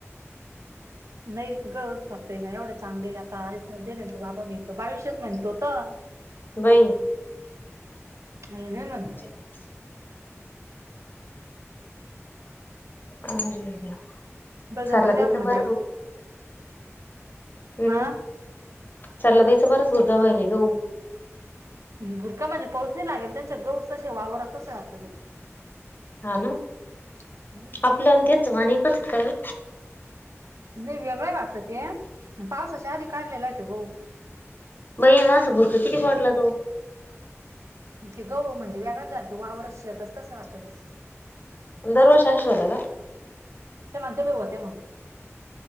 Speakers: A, on the right; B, on the left.
A: नाहीच ग स्वतः ना एवढ चांगले आता <unintelligible> ते बाबा मी बावीशेच म्हणत होता.
B: बाई
A: <unintelligible>
B: <inaudible> आरे
A: बळजबरी द्याल
B: देवा
A: म्हणजे
B: हम्म.
A: हा
B: चाला त्यायचा बराच बुरका व्हायलय गहू.
A: भुरखा म्हणजे पाऊस नाही लागेल. त्यांचे गहूच तसे वावरच तसए वाटत ते.
B: हा ना?
A: हम्म
B: आपल न त्याच वाण एकच का काय ओ?
A: नाही वेगळं हाय वाटत ते. पावसाच्या आधी काढलेला आहेे त्यो गहू.
B: बई म आसं भुरकं किती पडला तो.
A: ते गहू म्हणजे वेगळाच झाला. ते वावर ते शेतच तसंय वाटत ते.
B: दर वर्षी आशेच होत्या का?
A: ते म्हणते बाई होते म्हणून